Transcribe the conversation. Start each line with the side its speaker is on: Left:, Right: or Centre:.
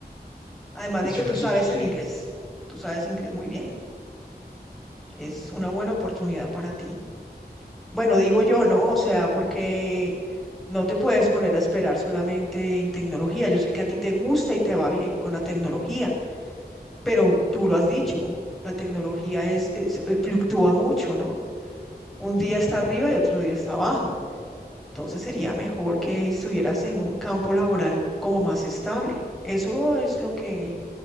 Centre: Además
Left: y
Centre: de
Left: suena,
Centre: que tú
Left: su-
Centre: sabes
Left: sí,
Centre: el inglés, tú sabes inglés muy bien. Es una buena oportunidad para ti. Bueno, digo yo, ¿no? O sea, porque... No te puedes poner a esperar solamente en tecnología. Yo sé que a ti te gusta y te va bien con la tecnología, pero tú lo has dicho, la tecnología es, es- eh, fluctúa mucho, ¿no? Un día está arriba y otro día está abajo. Entonces sería mejor que estuvieras en un campo laboral como más estable. Eso es lo que